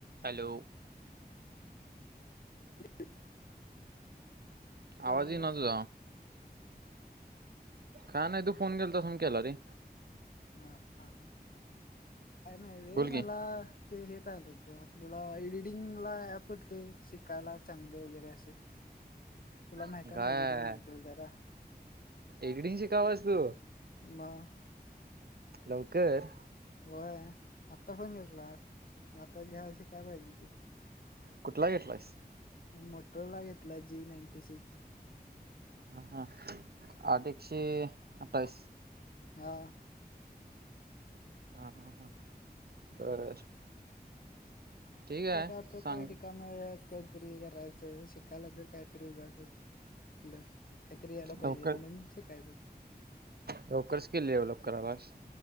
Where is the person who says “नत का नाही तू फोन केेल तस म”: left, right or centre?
Right